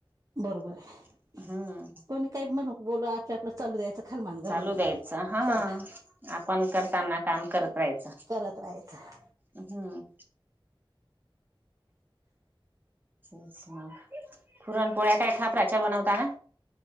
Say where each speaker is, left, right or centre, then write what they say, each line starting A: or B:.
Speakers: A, on the right; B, on the right.
A: बरोबर आहे
B: हम्म.
A: कोणी काही म्हणू बोल आपल्या आपलं चालू द्यायचं खालमान घालून
B: चालू द्यायचं हा
A: चला
B: आपण करताना काम करत राहायचं.
A: करत राहायचं
B: हम्म. असच मग पुरणपोळ्या काय खथापराच्या बनवताना?